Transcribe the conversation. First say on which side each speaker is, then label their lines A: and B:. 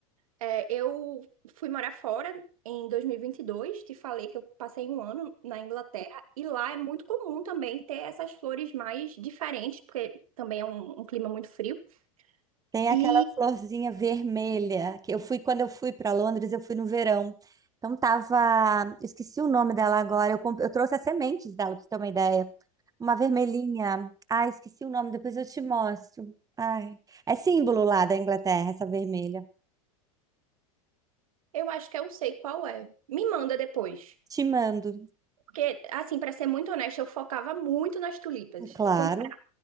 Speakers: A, on the right; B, on the right.
A: é, eu fui morar fora. Em 2022, te falei que eu passei um ano na Inglaterra e lá é muito comum também ter essas flores mais diferentes, porque também é um um clima muito frio.
B: Tem
A: e
B: aquela florzinha vermelha que eu fui quando eu fui para Londres, eu fui no verão. Então tava, esqueci o nome dela agora. Eu, comp- eu trouxe as sementes dela para você ter uma ideia. Uma vermelhinha. Ai, esqueci o nome, depois eu te mostro. Ai, é símbolo lá da Inglaterra essa vermelha.
A: Eu acho que eu sei qual é. Me manda depois.
B: Te mando,
A: Porque, assim, pra ser muito honesta, eu focava muito nas tulipas.
B: claro.
A: Eu, compra-